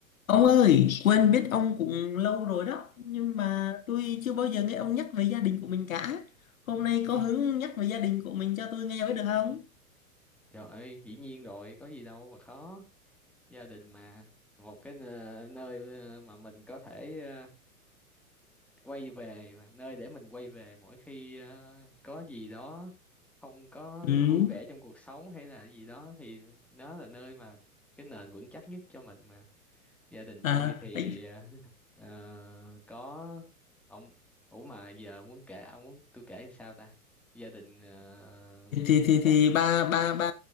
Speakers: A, on the left (about 65°); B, in the centre.
A: Ông ơi, quên biết ông cũng lâu rồi đó, nhưng mà tôi chưa bao giờ nghe ông nhắc về gia đình của mình cả. Hôm nay có hứng nhắc về gia đình của mình cho tôi nghe với được không?
B: Trời ơi, dĩ nhiên rồi, có gì đâu mà khó. Gia đình mà, một cái nơ- nơi ờ, mà mình có thể ờ, quay về mà, nơi để mình quay về mỗi khi ờ, có gì đó không có
A: Ừ.
B: vui vẻ trong cuộc sống hay là gì đó thì nó là nơi mà cái nền vững chắc nhất cho mình mà. Gia đình
A: À,
B: tôi thì
A: ấy,
B: ờ, <laughs> ờ, có ông ủa mà giờ muốn kể ông muốn tôi kể làm sao ta? Gia đình ờ,
A: thì thì
B: cả
A: thì ba ba ba